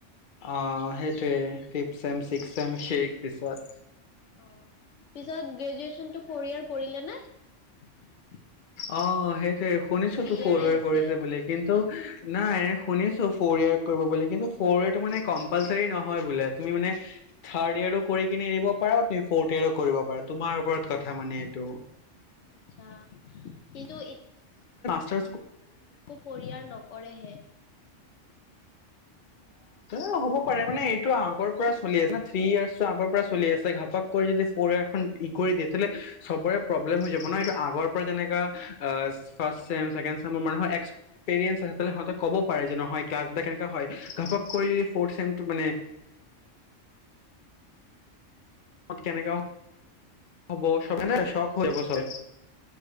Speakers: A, on the left; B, on the left.
A: অ সেইটোৱে ফিফ চেম ছিক্স চেম সেই পিছত
B: অ পিছত গ্ৰেজুৱেনটো ফ ইয়াৰ কৰিলে নাই
A: অ সেইটোৱে শুনিছো ত
B: ইয়েৰে
A: ফৰাৰড
B: আছে?
A: কৰিছে বুলি কিন্তু নাই এনে শুনিছো ফ'ৰ ইয়াৰ কৰিব বুলি কিন্তু ফ'ৰ ইয়াৰটো মানে কম্পালচাৰী নহয় বোলে তুমি মানে থাৰ্ড ইয়েো কৰি কিনে এৰিব তুমি ফ্ত কৰিব পাৰা তোমাৰ ওপৰত কথা মানে এইটো
B: আচ্ছা এইটো
A: সিতে
B: ফ'ৰ ইয়াৰ নকৰেহে।
A: আহ হব পাৰে
B: অ
A: মানেটো আগৰ চল আছে থ্ৰী ইয়াৰ আগৰ পৰা চলি আছে ঘাপাক কৰি যদি পঢ এখন ই কৰি দিয় তেতি'লে চবৰে গ ফাৰ্ষ্ট চেম ছেকেণ্ড চেমৰ মানুহৰ এক্সপেৰিয়েঞ্চ আছে তোহে সহঁতক ক'ব পাৰে যে নহয় ক্লাছ বা কেনেকুৱা হয় ঘাপক কৰি য ফ'ৰ্থ চেমটো মানে কেনেকা হব চবে ন চখ হৈ যাব চবে